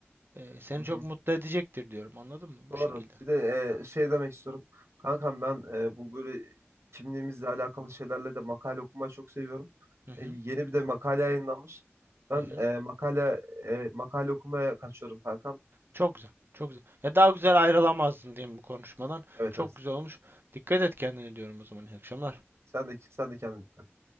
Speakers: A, on the right; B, on the right.
A: e, seni
B: Hı hı.
A: çok mutlu edecektir diyorum. Anladın mı? Bu
B: Doğru.
A: şekilde.
B: Bir de e, şey demek istiyorum. Kankam ben e, bu böyle kimliğimizle alakalı şeylerle de makale okumayı çok seviyorum.
A: Hı hı,
B: E, yeni bir de makale yayınlanmış. Ben
A: hı hı.
B: e, makale e, makale okumaya kaçıyorum kankam.
A: Çok güzel, çok güzel. Ya daha güzel ayrılamazdın diyeyim bu konuşmadan.
B: Evet
A: Çok
B: evet.
A: güzel olmuş. Dikkat et kendine diyorum o zaman. İyi akşamlar.
B: Sen de sen de kendine dikkat et.